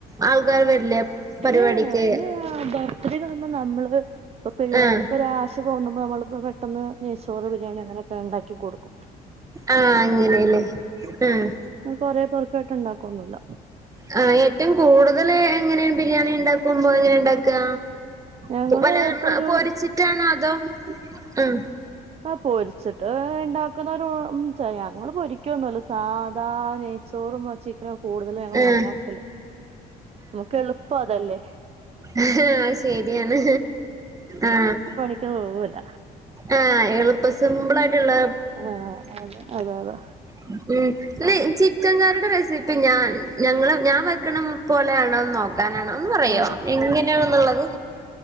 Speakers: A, on the right; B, on the right.
A: ആൾക്കാര് വരില്ലേ? പരിപാടിക്ക്
B: ഏയ് എ അയിന് ബർത്ത്ഡേക്കന്നറിമ്പോ നമ്മള് ഇപ്പൊ പിള്ളേർകൊരാശ
A: ആഹ്
B: തോന്നുമ്പോ നമ്മള്പ്പ പെട്ടൊന്ന് നൈചോറ് ബിരിയാണി അങ്ങനൊക്കെ ഇണ്ടാക്കി കൊടുക്കും
A: ആഹ്‌ അങ്ങനെല്ലേ അഹ്
B: അഹ് കൊറേ പോർക്കോട്ട് ഇണ്ടാക്കൊന്നൂല്ല
A: ആ ഏറ്റും കൂടുതൽ എങ്ങനെയാണ് ബിരിയാണി ഇണ്ടാക്കുമ്പോ എങ്ങനെ ഇണ്ടാക്ക?
B: ഞങ്ങള്
A: വല്ലാരും
B: ഇപ്പൊ ഒരു
A: പൊരിച്ചിട്ടാണോ അതോ? ഉം
B: ആ പൊരിച്ചിട്ട് ണ്ടാക്കുന്നവരു ചെയ് ഞങ്ങൾ പൊരികോന്നല്ല ചെയ്യ സാധാ നെയ്ച്ചോറും ചിക്കനും കൂടുതലും ഞങ്ങള്ണ്ടാക്കല്
A: ആഹ്
B: ക്ക് എളുപ്പഅതല്ലേ?
A: അഹ് അഹ്‌ശരിയാണ് ആഹ്‌
B: ക്കാൻ വേവൂല
A: ആഹ് അള്പ്പ സിമ്പിളായിട്ട്ള്ള
B: ആഹ്‌ അതെ അതെ അതാ
A: ഉം ല്ല ചിക്കൻ കറിയുടെ റെസിപ്പി ഞാൻ ഞങ്ങള് ഞാ വെക്കണ പോലേണോ നോക്കാനാണ് ഒന്ന് പറയോ
B: ആഹ്
A: എങ്ങനെണ്ന്ന്ള്ളത്